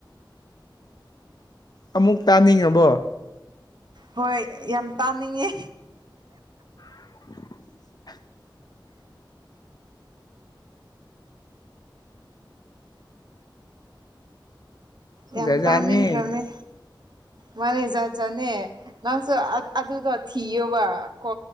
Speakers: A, on the left; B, on the right.
A: ꯑꯃꯨꯛ ꯇꯥꯅꯤꯡꯉꯕꯣ
B: ꯍꯣꯏ ꯌꯥꯝ ꯇꯥꯅꯤꯡꯉꯦ
A: <inaudible>
B: ꯌꯥꯝ
A: ꯖꯥꯠ
B: ꯇꯥꯅꯤꯡꯈ꯭ꯔꯝꯅꯦ
A: ꯖꯥꯠꯅꯤ
B: ꯃꯥꯅꯦ ꯖꯠ ꯖꯥꯠꯅꯦ ꯅꯪꯁꯨ ꯑꯥ ꯑꯠ ꯑꯗꯨꯗꯣ ꯊꯤꯌꯣꯕ ꯀꯣ